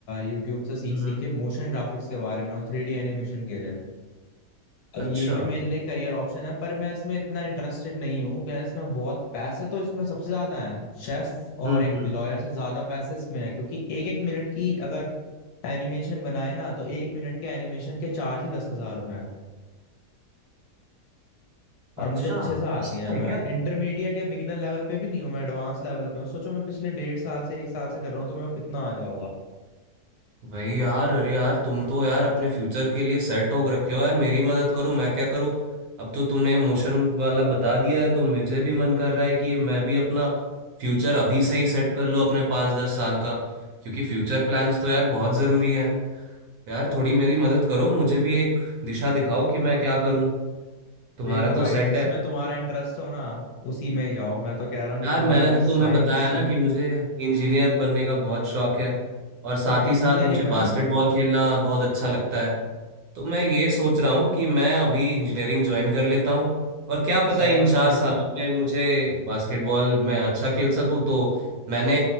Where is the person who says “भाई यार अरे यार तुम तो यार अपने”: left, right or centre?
Right